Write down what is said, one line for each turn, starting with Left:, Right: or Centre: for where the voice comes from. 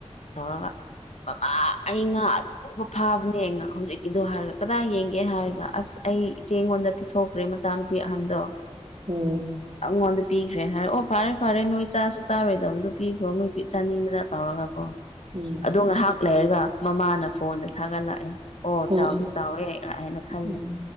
Left: ꯇꯧꯔꯒ ꯃꯃꯥ ꯑꯩ ꯉꯥ ꯑꯆꯧ ꯐꯥꯕꯅꯦꯅ ꯍꯧꯖꯤꯛꯀꯤꯗꯣ ꯍꯥꯏꯔꯒ ꯀꯗꯥꯏ ꯌꯦꯡꯒꯦ ꯍꯥꯏꯔꯒ ꯑꯁ ꯑꯩꯉꯣꯟꯗ ꯊꯣꯛꯈ꯭ꯔꯦ ꯃꯆꯥꯅꯨꯄꯤ ꯑꯍꯟꯗꯣ
Right: ꯎꯝ
Left: ꯑꯩꯉꯣꯟꯗ ꯄꯤꯈ꯭ꯔꯦ ꯍꯥꯏꯔꯦ ꯑꯣ ꯐꯔꯦ ꯐꯔꯦ ꯅꯣꯏ ꯆꯥꯁꯨ ꯆꯥꯔꯣꯏꯗꯕꯗꯨ ꯄꯤꯈ꯭ꯔꯣ ꯃꯣꯏ ꯆꯅꯤ ꯑꯃꯗ ꯇꯧꯔꯒꯀꯣ
Right: ꯎꯝ
Left: ꯑꯗꯣ ꯉꯥꯏꯍꯥꯛ ꯂꯩꯔꯒ ꯃꯃꯥꯅ ꯐꯣꯟꯗ ꯊꯥꯒꯠꯂꯛꯑꯦ ꯑꯣ
Right: ꯎꯝ
Left: ꯆꯥꯎꯗꯤ ꯆꯥꯎꯋꯦ ꯍꯥꯏꯅ ꯈꯂꯦ
Right: ꯎꯝ